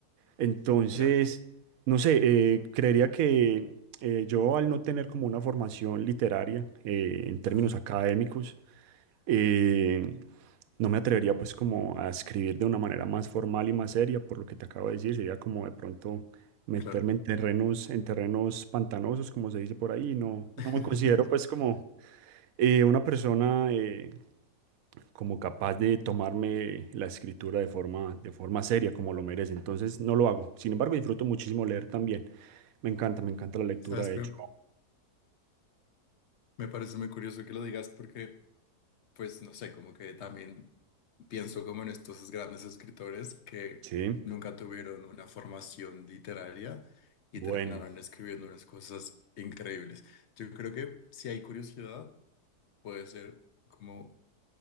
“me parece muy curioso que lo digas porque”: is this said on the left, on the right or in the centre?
Left